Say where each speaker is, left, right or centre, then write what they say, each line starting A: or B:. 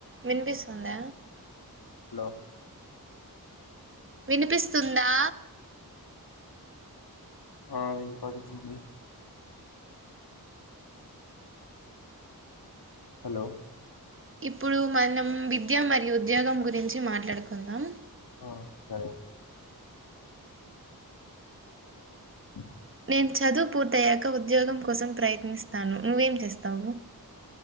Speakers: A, on the right; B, on the left.
A: వినింపిసుందా
B: hello
A: వినిపిస్తుందా
B: ఆ వినపడుతుంది హలో
A: ఇప్పుడు మనం విద్య మరియు ఉద్యోగం గురించి మాట్లాడుకుందాం
B: ఆ సరే అ
A: నేను చదువు పూర్తయ్యాక ఉద్యోగం కోసం ప్రయత్నిస్తాను నువ్వేం చేస్తావు